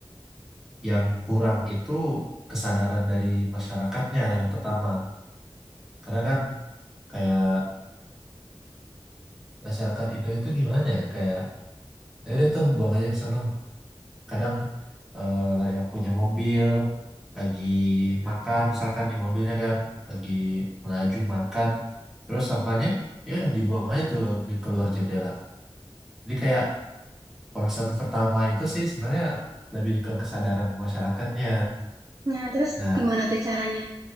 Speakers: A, in the centre; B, on the right.
A: yang kurang itu kesadaran dari masyarakatnya yang pertama. Karena kan kayak masyarakat Indo itu gimana ya kayak ya udah tuh buang aja ke sono kadang eh, yang punya mobil lagi makan misalkan di mobilnya kan lagi melaju makan terus sampahnya ya udah dibuang aja tuh di keluar jendela jadi kayak concern pertama itu sih sebenarnya lebih ke kesadaran masyarakatnya
B: Nah, terus
A: nah
B: gimana tuh caranya